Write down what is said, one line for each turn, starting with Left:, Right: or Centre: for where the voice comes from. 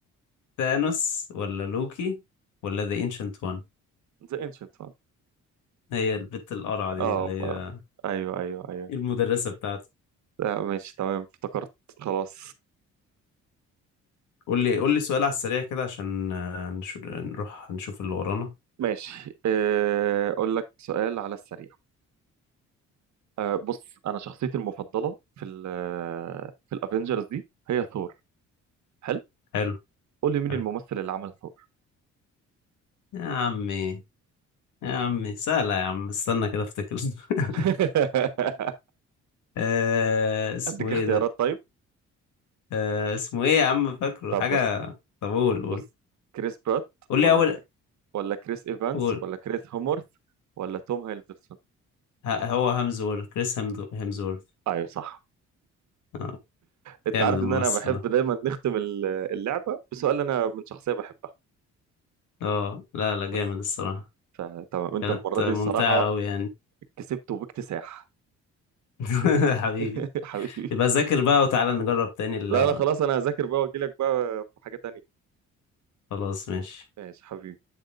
Left: ثانوس ولا لوكي ولا ذا انشنت وان
Right: ذا انشنت
Left: هي البت القرعة دي
Right: اه
Left: اللي
Right: بقى.
Left: هي
Right: ايوه ايوه ايوه
Left: المدرسة بتاعتي
Right: لا ماشي تمام افتكرت خلاص
Left: قول لي قول لي سؤال على السريع كده عشان آه، نشو- نروح نشوف اللي ورانا
Right: ماشي آه، اقول لك سؤال على السريع أه بص انا شخصيتي المفضله في ال في الافينجرز دي هي ثور حلو
Left: حلو
Right: قول لي مين
Left: حلو
Right: الممثل اللي عمل ثور
Left: يا عمي يا عمي سهلة يا عم استنى كده افتكر
Right: <laughs>
Left: <laughs> آه اسمه
Right: اديك
Left: ايه
Right: اختيارات
Left: ده
Right: طيب
Left: آه اسمه ايه يا عم فاكره
Right: طب
Left: حاجة
Right: بص
Left: طب قول قول
Right: بص كريس برات
Left: قول لي
Right: ولا
Left: اول
Right: كر... ولا كريس ايفانس
Left: قول
Right: ولا كريس هومورث ولا توم هيلدرسون
Left: ه- هو هامزورث كريس هامدو- هامزورث
Right: ايوه صح
Left: اه
Right: انت
Left: جامد
Right: عارف
Left: الممثل
Right: ان انا بحب
Left: ده
Right: دايما نختم ال- اللعبه بسؤال انا من شخصيه بحبها
Left: اه لا لا جامد
Right: بس
Left: الصراحة
Right: فتمام انت
Left: كانت
Right: المره
Left: ممتعة
Right: دي الصراحه
Left: أوي يعني
Right: كسبت وباكتساح
Left: <laughs>
Right: <laughs>
Left: حبيبي
Right: حبيبي
Left: يبقى ذاكر بقى وتعالى نجرب تاني اللعبة
Right: لا لا خلاص انا هذاكر بقى واجي لك بقى في حاجه تانية
Left: خلاص ماشي
Right: ماشي حبيبي